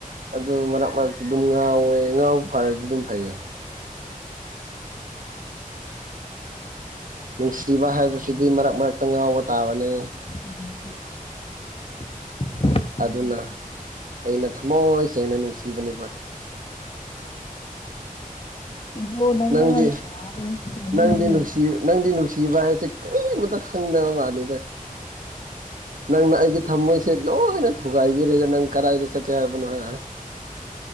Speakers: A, on the right; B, on the left.
A: ꯑꯗꯨ ꯃꯔꯛ ꯃꯔꯛꯇ ꯑꯗꯨꯝ ꯉꯥꯎꯋꯦ ꯉꯥꯎ ꯐꯔꯗꯤ ꯑꯗꯨꯝ ꯐꯩꯌꯦ ꯅꯨꯡꯁꯤꯕ ꯍꯥꯏꯕꯁꯤꯗꯤ ꯃꯔꯛ ꯃꯔꯛꯇ ꯉꯥꯎꯕ ꯇꯥꯕꯅꯦ
B: ꯍ <unintelligible>
A: ꯑꯗꯨꯅ ꯑꯩꯅ ꯊꯃꯣꯏ ꯁꯦꯡꯅ ꯅꯨꯡꯁꯤꯕꯅꯦꯕ
B: ꯏꯕꯣ ꯅꯪꯒ
A: ꯅꯪꯗꯤ
B: ꯌꯥꯔꯔꯣꯏ ꯂꯩꯅꯥꯅꯤ
A: ꯅꯪꯗꯤ ꯅꯨꯡꯁꯤ ꯅꯪꯗꯤ ꯅꯨꯡꯁꯤꯕ ꯍꯥꯏꯁꯦ ꯀꯔꯤ ꯃꯠꯇ ꯈꯪꯗꯕ ꯃꯥꯜꯂꯤꯗ ꯅꯪꯅ ꯑꯩꯒꯤ ꯊꯝꯃꯣꯏꯁꯦ ꯂꯣꯏꯅ ꯊꯨꯒꯥꯏꯕꯤꯔꯒ ꯅꯪ ꯀꯗꯥꯏꯗ ꯆꯠꯀꯦ ꯍꯥꯏꯕꯅꯣ ꯍꯥ